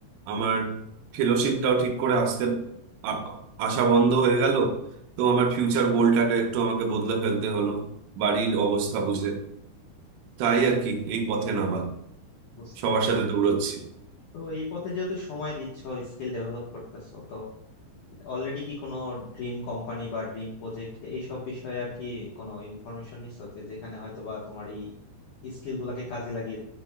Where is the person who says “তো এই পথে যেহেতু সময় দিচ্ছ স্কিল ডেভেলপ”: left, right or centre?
Left